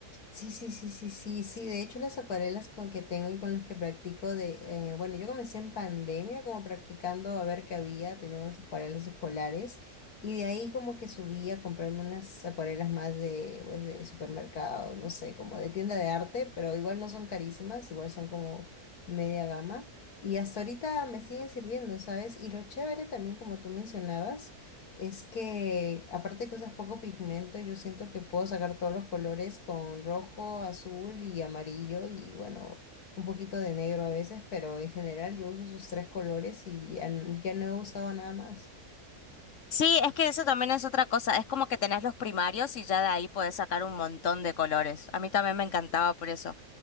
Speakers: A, on the left (about 80°); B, on the left (about 55°).
A: Sí, sí, sí, sí, sí, sí. De hecho, las acuarelas con que tengo y con las que practico de, eh, bueno, yo comencé en pandemia como practicando a ver qué había, tenía unas acuarelas escolares y de ahí como que subí a comprarme unas acuarelas más de, pues, de supermercado, no sé, como de tienda de arte, pero igual no son carísimas, igual son como media gama y hasta ahorita me siguen sirviendo, ¿sabes? Y lo chévere también, como tú mencionabas. Es que, aparte que usas poco pigmento, yo siento que puedo sacar todos los colores con rojo, azul y amarillo y bueno, un poquito de negro a veces, pero en general yo uso esos tres colores y ya, n- ya no he usado nada más.
B: Sí, es que eso también es otra cosa, es como que tenés los primarios y ya de ahí podés sacar un montón de colores. A mí también me encantaba por eso.